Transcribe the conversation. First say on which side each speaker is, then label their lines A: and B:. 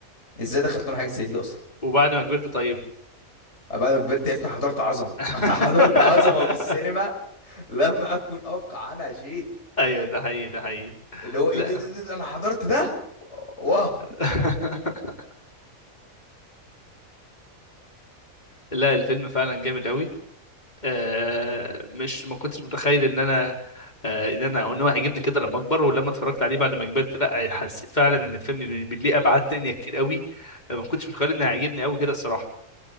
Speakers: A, on the left; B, on the left.
A: ازاي دخلتونا حاجه زي دي اصلا
B: وبعد ما كبرت طيب
A: بعد ما كبرت عرفت إن أنا حضرت عظمه
B: <laughs>
A: <laughs> انا حضرت عظمه في السينما لم اكن افقع عنها شيء
B: ايوه ده حقيقي ده حقيقي
A: اللي هو ايه
B: لا
A: ده, ده, ده, ده انا حضرت ده واه
B: <laughs> لا الفيلم فعلا جامد قوي آه مش ما كنتش متخيل ان انا آه، ان انا ان هو هيعجبني كده لما اكبر ولما اتفرجت عليه بعد ما كبرت لا حسيت فعلا ان الفيلم بي- بي- ليه ابعاد تانية كتير قوي ما كنتش متخيل انه هيعجبني قوي كده الصراحه